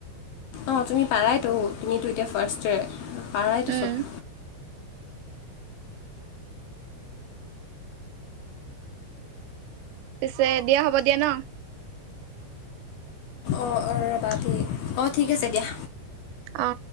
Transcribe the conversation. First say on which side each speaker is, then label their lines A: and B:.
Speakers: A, on the left; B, on the right.
A: অ তুমি পাৰাইতো তুমিতো এতিয়া ফাৰ্ষ্ট পাৰাইতো
B: উম,
A: চব।
B: পিছে দিয়া হ'ব দিয়া ন।
A: অ অ ৰ'বা দেই অ ঠিক আছে দিয়া।
B: অ।